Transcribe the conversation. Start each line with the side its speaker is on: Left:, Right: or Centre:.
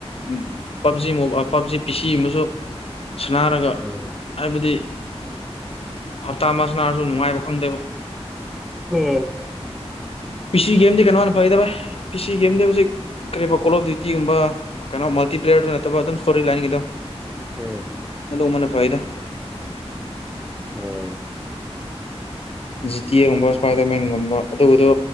Left: ꯑꯝ ꯄꯞꯖꯤ ꯄꯞꯖꯤ ꯄꯤꯁꯤ ꯑꯃꯁꯨ ꯁꯅꯥꯔꯒ
Centre: ꯎꯝ
Left: ꯍꯥꯏꯕꯗꯤ ꯍꯞꯇꯥ ꯑꯃ ꯁꯥꯅꯥꯔꯁꯨ ꯅꯨꯡꯉꯥꯏꯕ ꯈꯪꯗꯦꯕ
Centre: ꯎ ꯅꯟ
Left: ꯄꯤꯁꯤ ꯒꯦꯝꯗꯤ ꯀꯩꯅꯣꯅ ꯐꯩꯗꯚꯥꯏ ꯄꯤ ꯁꯤ ꯒꯦꯝꯗꯤ ꯍꯧꯖꯤꯛ ꯀꯔꯤꯕ ꯀꯣꯜ ꯑꯣꯐ ꯗ꯭ꯌꯨꯇꯤꯒꯨꯝꯕ ꯀꯩꯅꯣ ꯃꯜꯇꯤꯄ꯭ꯂꯦꯌꯔꯗꯨ ꯅꯠꯇꯕ ꯑꯗꯨꯝ ꯏꯁꯇꯣꯔꯤ ꯂꯥꯏꯟꯒꯤꯗꯣ
Centre: ꯎꯝ
Left: ꯑꯗꯨꯒꯨꯝꯕꯅ ꯐꯩꯌꯦꯗ
Centre: ꯑꯣ
Left: ꯖꯤꯇꯤ ꯒꯨꯝꯕ ꯏꯁꯄꯥꯏꯗꯔꯃꯦꯟꯒꯨꯝꯕ ꯑꯗꯨꯗꯣ